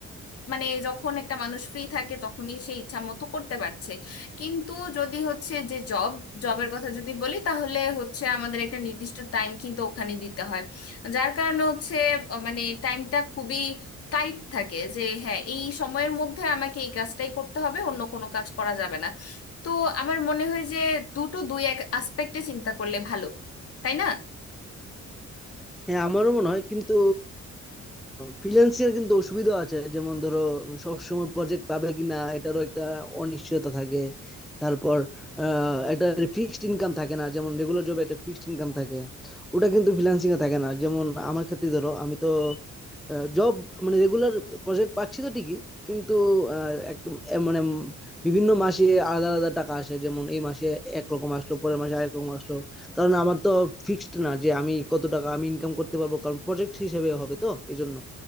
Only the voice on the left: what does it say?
মানে যখন একটা মানুষ ফ্রি থাকে তখনই সে ইচ্ছা মতো করতে পারছে কিন্তু যদি হচ্ছে যে জব জবের কথা যদি বলি তাহলে হচ্ছে আমাদের একটা নির্দিষ্ট টাইম কিন্তু ওখানে দিতে হয় যার কারণে হচ্ছে আহ, মানে টাইমটা খুবই টাইট থাকে যে হ্যাঁ এই সময়ের মধ্যে আমাকে এই কাজটাই করতে হবে অন্য কোনো কাজ করা যাবে না তো আমার মনে হয় যে দুটো দুই এক আসপেক্টে চিন্তা করলে ভালো তাই না